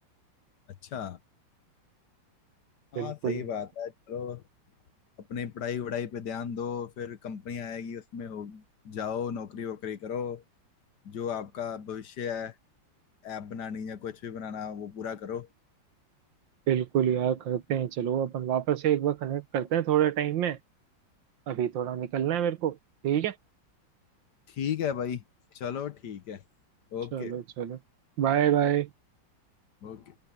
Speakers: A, on the left (about 65°); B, on the right (about 75°).
A: अच्छा
B: बिल्कुल
A: हाँ सही
B: यार
A: बात है चलो अपनी पढ़ाई वढ़ाई पे ध्यान दो फिर कंपनी आएगी उसमें हो जाओ नौकरी वोकरी करो जो आपका भविष्य है ऐप बनानी या कुछ भी बनाना वो पूरा करो
B: बिल्कुल यार करते हैं चलो अपन वापस से एक बार कनेक्ट करते हैं थोड़े टाइम में अभी थोड़ा निकलना है मेरे को ठीक है
A: ठीक है भाई चलो ठीक है
B: चलो
A: ओके
B: चलो बाय बाय
A: ओके